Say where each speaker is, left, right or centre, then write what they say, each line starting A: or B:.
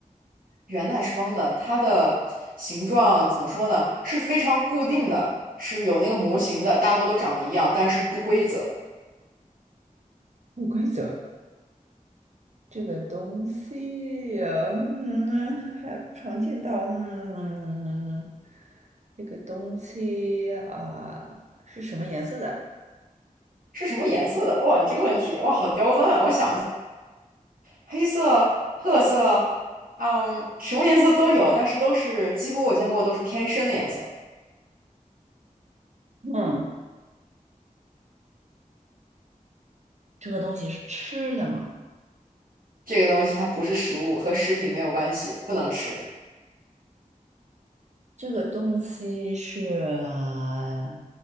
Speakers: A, on the right (about 90°); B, on the right (about 55°).
A: 圆的还是方的，它的形状怎么说呢？是非常固定的，是有那个模型的，大多都长得一样，但是不规则。
B: 不规则。这个东西呀，嗯，还不常见到。嗯，这个东西啊，是什么颜色的？
A: 是什么颜色的？哇，你这个问题，哇，好刁钻啊！我想一下黑色、褐色，嗯，什么颜色都有，但是都是几乎我见过都是偏深的颜色。
B: 嗯，这个东西是吃的吗？
A: 这个东西它不是食物，和食品没有关系，不能吃。
B: 这个东西是啊